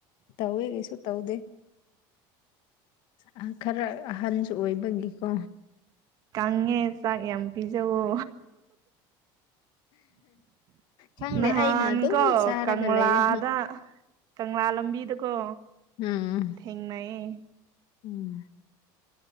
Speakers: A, on the left (about 45°); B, on the right (about 35°).
A: ꯇꯧꯋꯦ ꯀꯩꯁꯨ ꯇꯧꯗꯦ ꯎꯝ ꯈꯔ ꯑꯍꯟꯁꯨ ꯑꯣꯏꯕꯒꯤꯀꯣ
B: ꯀꯪꯉꯦ ꯆꯥꯛ ꯌꯥꯝ ꯄꯤꯖꯋꯣ
A: ꯈꯪꯗꯦ
B: ꯅꯍꯥꯟꯀꯣ
A: ꯑꯩꯅ ꯑꯗꯨꯝ ꯆꯥꯔꯒ
B: ꯀꯪꯂꯥꯗ
A: ꯂꯩꯔꯦ
B: ꯀꯪꯂꯥ ꯂꯝꯕꯤꯗꯀꯣ
A: ꯎꯝ
B: ꯊꯦꯡꯅꯩꯌꯦ
A: ꯎꯝ